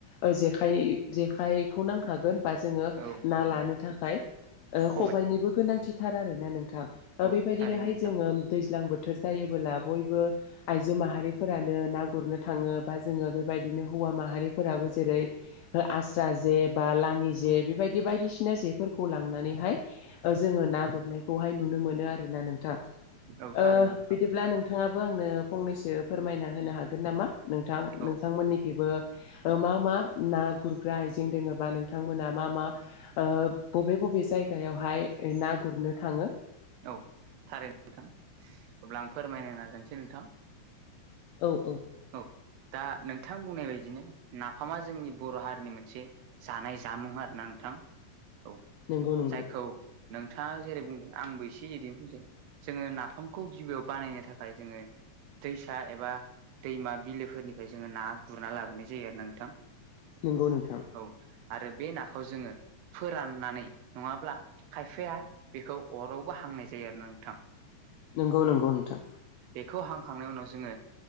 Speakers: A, on the left; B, on the right.
A: ओ जेखाइ जेखाइखौ नांखागोन बा जोङो
B: औ नंगौ
A: ना
B: नोंथां
A: लानो थाखाय
B: खबाय
A: खबायनिबो गोनांथिथार आरोना नोंथां
B: औ
A: बेबायदिनोहाय
B: थारैनो नोंथां
A: जोङो दै ज्लां बोथोर जायोबोला बयबो आइजो माहारिफोरानो ना गुरनो थाङो बा जोङो बेबायदि बिदिनो हौवा माहारिफोराबो जेरै आस्रा जे बा लाङि जे बेबायदि बायदिसिना जे बेफोरखौ लांनानैहाय जोङो ना गुरनायखौहाय नुनो मोनो आरोना नोंथां
B: औ
A: ओ
B: थारैनो नोंथां
A: बिदिब्ला नोंथाङाबो आंनो फंनैसो फोरमायना होनो हागोन नामा नोंथां
B: औ
A: नोंथां मोननिखिबो ओ मा मा ना गुरग्रा आइजें दोङोबा नोंथांमोना मा मा ओ बबे ब बे जायगायावहाय ना गुरनो थाङो।
B: औ थारैनो नोंथां अब्ला आं फोरमायनो नाजसै नोंथां।
A: औ औ
B: दा नोंथां बुंनाय बायदिनो नाफामा जोंनि बर' हारिनि मोनसे जानाय जामुं आ रो नोंथां औ
A: नंगौ नंगौ
B: जायखौ नोंथाङा जेरै बुंदों आंबो एसे एरैनो फै जोङो नाफामखौ गिबियाव बानायनो थाखाय जोङो दैसा एबा दैमा बिलोफोरनिफ्राय जोङो ना गुरना लाबोनाय जायो आरो नोंथां
A: नंगौ नोंथां
B: औ आरो बे नाखौ जोङो फोराननानै नङाब्ला खायफाया बेखौ अराव बो हांनाय जायो आरोना नोंथां।
A: नंगौ नंगौ नोंथां।
B: खौ हांखांनायनि उनाव जोङो